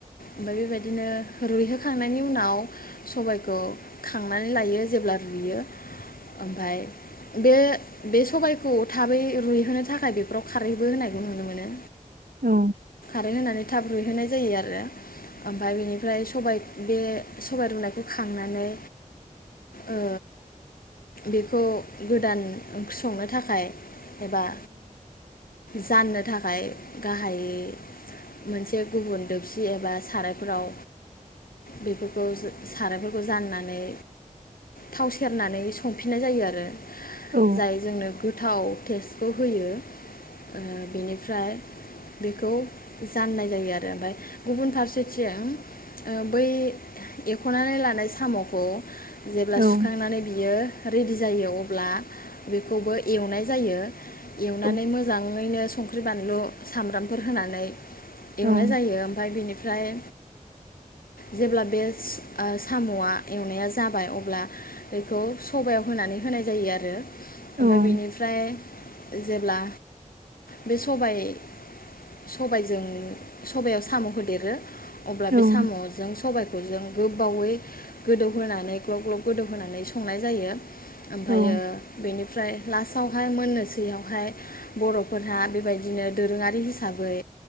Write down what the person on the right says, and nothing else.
औ
औ
औ
औ
औ
ओं
औ
औ